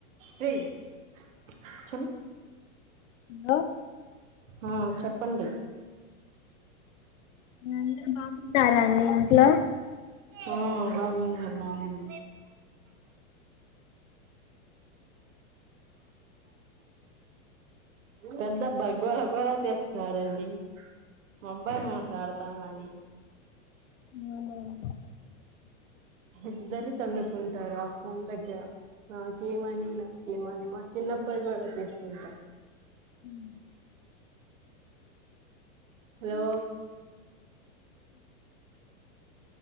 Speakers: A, on the right; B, on the left.
A: రేయ్ ఆ
B: హలో
A: ఆ చెప్పండి.
B: మీ అందరు బాగున్నారా అండి ఇంట్లో.
A: ఆ బాగున్నాం బాగాండి. పెద్దబ్బాయి గోళగోళ చేస్తున్నాడండి, మా అబ్బాయి మాట్లాడతానని.
B: అవునా
A: ఇద్దరు తన్నుకుంటారు ఆ ఫోన్ దగ్గర. నాకీయమనీ నాకీయమనీ మా చిన్నబ్బాయి కూడా తీసుకుంటా
B: హ్
A: హలో